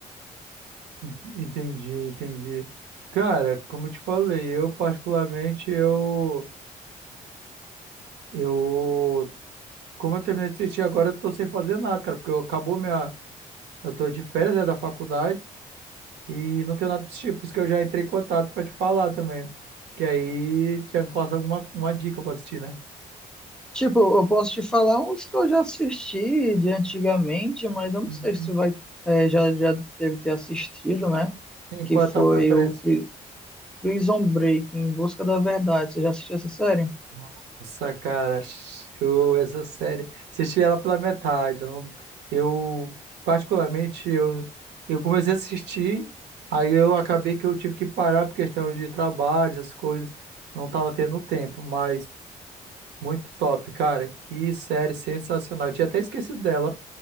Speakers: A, on the right; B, in the centre.
A: En- Entendi, entendi. Cara, como eu te falei, eu particularmente, eu, eu, como eu terminei de assistir agora, eu tô sem fazer nada, cara, porque eu, acabou minha, eu tô de férias, né, da faculdade e não tenho nada pra assistir, por isso que eu já entrei em contato pra te falar também, que aí já me passa alguma uma dica pra assistir, né?
B: Tipo, eu eu posso te falar uns que eu já assisti de antigamente, mas eu não
A: Uhum.
B: sei se tu vai, é, já, já deve ter assistido, né?
A: Sim,
B: Que
A: qual
B: foi
A: é a tua preferência?
B: o Pri- Prison Break, Em Busca da Verdade. Você já assistiu essa série?
A: Nossa, cara, show essa série. Assisti ela pela metade. Eu, não- eu, particularmente, eu, eu comecei a assistir, aí eu acabei que eu tive que parar por questão de trabalho, essas coisas. Não tava tendo tempo, mas muito top, cara. Que série sensacional. Eu tinha até esquecido dela.